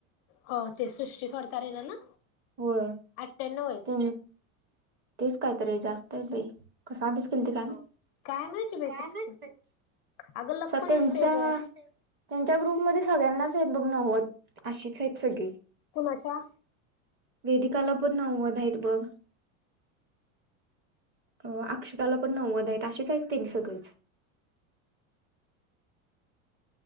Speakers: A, on the left (about 40°); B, on the right (about 30°).
A: हो ते सृष्टी फडतारे ना
B: होय
A: आठ्यानव येत
B: ते तेच कायतरी जास्त आहेत बाई. कसा अभ्यास केलता काय माहित,
A: काय माहिती बाई
B: काय
A: कसं
B: माहित
A: केलती
B: बाई
A: अगं लक पण
B: तेनच्या
A: असतंय ग
B: ग्रुप मध्ये सगळ्यांनाच आहेत मग‌ नव्वद - अशीच आहेत सगळी.
A: कुणाच्या?
B: वेदिकाला पण नव्वद आहेत बघ. अ अक्षताला पण नव्वद आहेत असेच आहेत त्यांनी सगळेच.